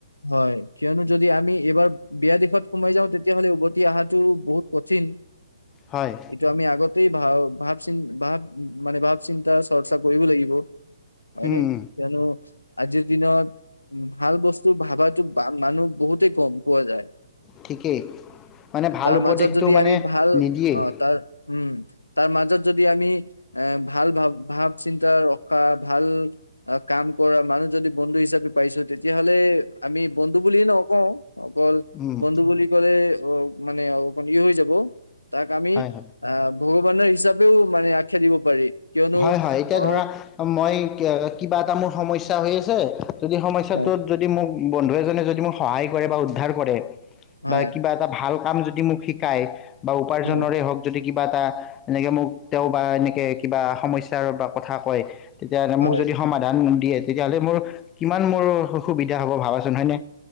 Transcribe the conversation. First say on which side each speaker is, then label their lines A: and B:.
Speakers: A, on the left; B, on the left.
A: হয় কিয়নো যদি আমি এইবাৰ বেয়া দিশত সোমাই যাও তেতিয়াহ'লে উভতি আহাটো বহুত কঠিন।
B: হয়
A: এইটো আমি আগত তেই ভাব- চিন- ভাব - মানে - ভাব চিন্তা চৰ্চা কৰিব লাগিব। হয়
B: উম,
A: নে কিয়নো আজি দিনত ভাল বস্তু ভাবাটো মানুহ বহুতেই কম পোৱা যায়।
B: ঠিকেই মানে ভাল
A: তাৰ
B: উপদেশটো
A: মাজত যদি
B: মানে
A: আমি ভাল
B: নিদিয়েই।
A: অ তাৰ উম, তাৰ মাজত যদি আমি আহ ভাল ভাৱ- ভাৱ চিন্তা ৰখা ভাল কাম কৰা মানুহ যদি বন্ধু হিচাপে পাইছো তেতিয়াহ'লে আমি বন্ধু বুলিয়ে নকও অকল
B: উম,
A: বন্ধু বুলি ক'লে ত'মানে অলপমান ইয় হৈ যাব। তাক আমি
B: হয় হয়
A: আহ বহুত <unintelligible> হিচাপেও মানে আখ্যা দিব পাৰি। কিয়নো
B: হয়- হয় এতিয়া
A: অ
B: ধৰা মই কিয় কিবা এটা মোৰ সমস্যা হৈ আছে যদি সমস্যাটোত
A: হয়
B: যদি মোক বন্ধু এজনে যদি মোক সহায় কৰে বা উদ্ধাৰ কৰে।
A: হয়
B: বা কিবা এটা ভাল কাম যদি সি মোক শিকায়। বা উপাৰ্জৰে
A: হয়
B: হওক যদি কিবা এটা এনেকে মোক তেওঁ বা এনেকে কিবা সমস্যাৰ বা কথা কয়। তেতিয়া মোক
A: হয়
B: যদি সমাধান দিয়ে তেতিয়াহ'লে মোৰ কিমান মোৰ অ সুবিধা হব ভাবাচোন হয়নে?